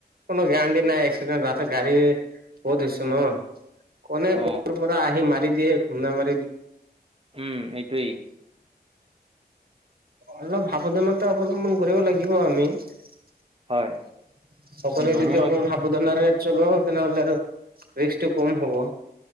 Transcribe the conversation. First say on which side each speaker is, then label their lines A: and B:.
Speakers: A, on the right (about 60°); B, on the right (about 35°).
A: কোনো গেৰাণ্টি নাই এক্সিডেণ্ট ৰাস্তা গাড়ী বহুত হইছে ন কোনে
B: অ,
A: ক পৰা আহি মাৰি দিয়ে ঘুন্দা মাৰ
B: উম এইটোয়ে
A: অলপ ভাব দে মে অৱলম্বন কৰিব লাগিব আমি সকলোৱে
B: হয় ভ্ৰমণৰ
A: যদি আকৌ ভাব ৰেঞ্জৰ ল তেতিয়াহলে ৰিক্সতো কম হব